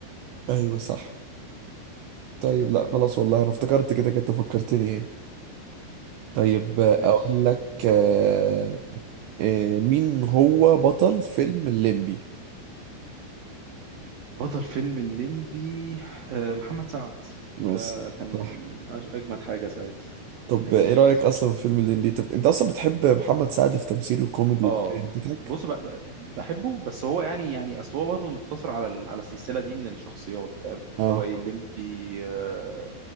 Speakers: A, on the right; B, on the right.
A: ايوه صح طيب لا خلاص والله انا افتكرت كده كده فكرتني يعني طيب آه،
B: ماشي
A: اقول لك آه، آه، مين هو بطل فيلم الليمبي
B: بطل فيلم الليمبي آه، محمد سعد
A: بس
B: ده كان
A: صح
B: أج- اجمد حاجه ساعتها
A: طب
B: ماشي
A: ايه رأيك اصلا في فيلم الليمبي طب انت اصلا بتحب محمد سعد في تمثيله الكوميدي
B: اه
A: والكلام بتاعك
B: بص ب- ب- بحبه بس هو يعني يعني اصل هو برضه مقتصر على ال- على السلسله دي من الشخصيات فاهم اللي
A: اه
B: هو ايه الليمبي آه،